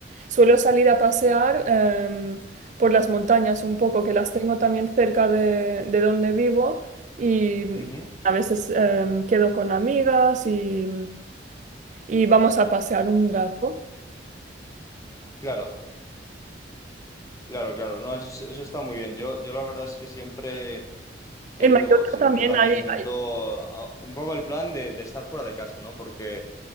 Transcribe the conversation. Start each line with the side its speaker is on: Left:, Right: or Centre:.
Right: suelo salir a pasear em, por las montañas un poco, que las tengo también cerca de, de donde vivo y
Left: Ujú.
Right: a veces em, quedo con amigas y, y vamos a pasear un rato.
Left: Claro, claro, claro. No, eso, eso está muy bien. Yo, yo la verdad es que siempre. te
Right: En Mallorca
Left: digo, siempre
Right: también
Left: también
Right: hay,
Left: intento
Right: hay,
Left: a- un poco el plan de, de estar fuera de casa, ¿no? Porque